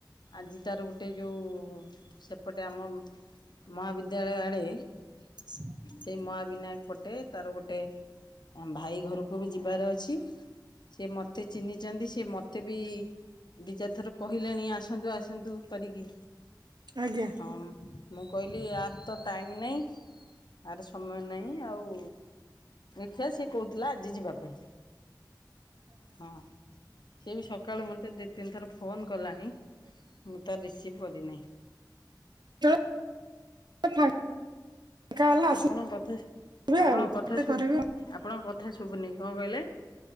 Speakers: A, on the left; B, on the right.
A: ଆଜି ତାର ଗୋ ଟେ ଯେଉଁ ସେପଟେ ଆମ ମହାବିଦ୍ୟାଳୟ ଆଡ଼େ।
B: <inaudible>
A: ସେଇ ମହାବିନାୟକ ପଟେ ତାର ଗୋଟେ। ଆମ ଭାଇ ଘରକୁ ବି ଯିବାର ଅଛି ସେ ମୋତେ ଚିହ୍ନିଛନ୍ତି ସି ମୋତେ ବି। ଦି ଚାରିଥର କହିଲେଣି ଆସନ୍ତୁ ଆସନ୍ତୁ କରିକି।
B: ଆଜ୍ଞା।
A: ହଁ ମୁଁ କହିଲି ଆର ତ ଟାଇମ୍ ନାହିଁ ଆର ସମୟ ନାହିଁ ଆଉ। ଦେଖିବା ସିଏ କହୁଥିଲା ଆଜି ଯିବା ପାଇଁ ହଁ ସିଏ ବି ସ କାଳୁ ମୋତେ ଦି ତିନିଥର ଫୋନ୍ କଲାଣି ମୁଁ ତା ରିସିଭ୍ କରିନାହିଁ।
B: <inaudible> <inaudible>
A: ଆପଣଙ୍କ କଥା ଆପଣଙ୍କ କଥା ଶୁଭ ଆପଣଙ୍କ କଥା ଶୁଭୁନି କଣ କହିଲେ?